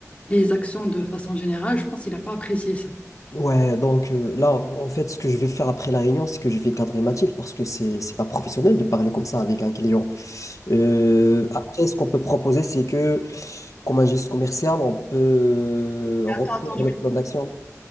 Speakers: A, on the left; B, on the left.
A: les actions de façon générale. Je pense qu'il n'a pas apprécié ça.
B: Ouais, donc euh, là, en fait, ce que je vais faire après la réunion, c'est que je vais cadrer Mathilde parce que c'est c'est pas professionnel de parler comme ça avec un client. Euh, après, ce qu'on peut proposer, c'est que, comme un geste commercial, on peut
A: T'as
B: refaire
A: entendu
B: le plan d'action.